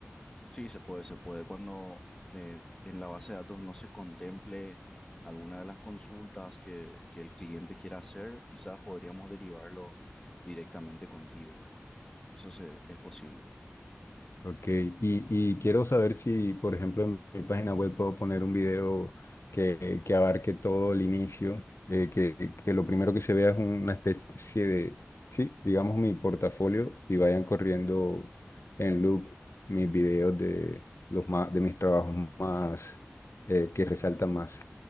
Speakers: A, on the left; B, on the left.
A: Sí, se puede, se puede. Cuando eh, en la base de datos no se contemple alguna de las consultas que, que el cliente quiera hacer, quizás podríamos derivarlo directamente contigo, ¿verdad? Eso se- es posible.
B: Ok, y, y quiero saber si, por ejemplo, en mi página web puedo poner un video que, que abarque todo el inicio, eh, que, que lo primero que se vea es una especie de, sí, digamos mi portafolio y vayan corriendo en loop mis videos de, los más, de mis trabajos más, eh, que resaltan más.